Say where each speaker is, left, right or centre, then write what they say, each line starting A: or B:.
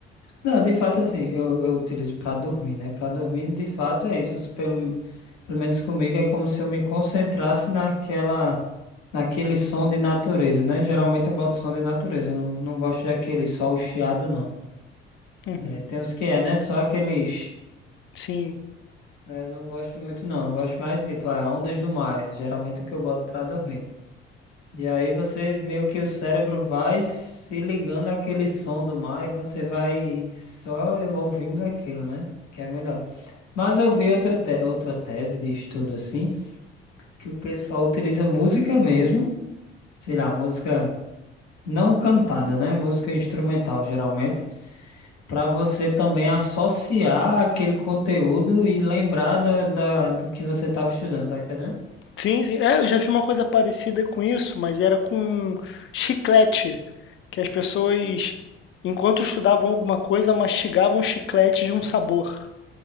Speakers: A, on the left; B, on the left.
A: Não, de fato, assim, eu, eu utilizo pra dormir, né? Pra dormir, de fato, é isso. Você Pelo, pelo menos comigo, é como se eu me concentrasse naquela. Naquele som de natureza, né? Geralmente eu boto som de natureza. Eu não, não gosto daquele só o chiado, não.
B: Uhum.
A: É, tem uns que é, né? Só aquele.
B: Sim.
A: É, eu não gosto muito não, eu gosto mais de tipo, é, ondas do mar, geralmente é o que eu boto pra dormir. E aí você, meio que o cérebro vai se ligando àquele som do mar e você vai só ouvindo aquilo, né? Que é melhor. Mas eu vi outra, te- outra tese de estudo assim, que o pessoal utiliza música mesmo, sei lá, música não cantada, né? Música instrumental geralmente, pra você também associar aquele conteúdo e lembrar da, da- do que você estava estudando, tá entendendo?
B: Sim, sim. É, eu já vi uma coisa parecida com isso, mas era com chiclete, que as pessoas, enquanto estudavam alguma coisa, mastigavam chiclete de um sabor.